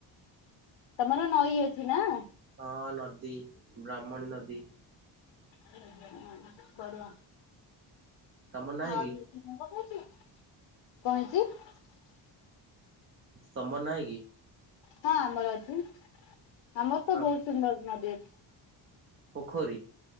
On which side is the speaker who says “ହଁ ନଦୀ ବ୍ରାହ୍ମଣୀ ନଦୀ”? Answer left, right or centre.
Right